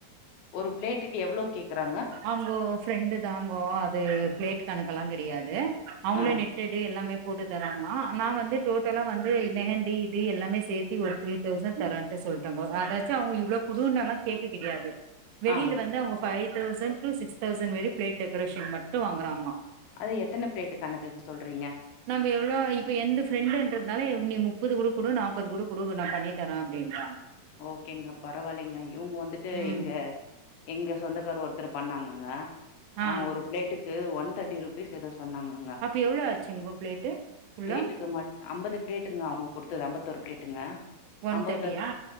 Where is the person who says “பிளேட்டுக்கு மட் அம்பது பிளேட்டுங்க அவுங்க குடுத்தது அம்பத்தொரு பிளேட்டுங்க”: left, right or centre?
Left